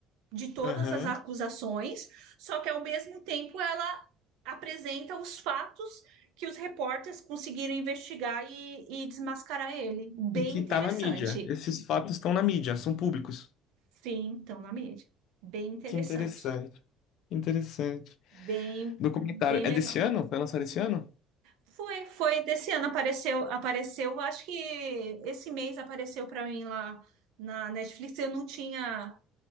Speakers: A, on the right (about 75°); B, on the left (about 65°).
A: de todas
B: Aham.
A: as acusações, só que ao mesmo tempo ela apresenta os fatos que os repórteres conseguiram investigar e, e desmascarar ele. Bem
B: E que
A: interessante.
B: tá na mídia. Esses fatos estão na mídia, são públicos.
A: Sim, então na mídia. Bem interessante.
B: Que interessante, que interessante.
A: Bem,
B: Documentário.
A: bem
B: É
A: legal.
B: desse ano? Foi lançado esse ano?
A: Foi, foi desse ano apareceu, apareceu, acho que esse mês apareceu para mim lá na Netflix. Eu não tinha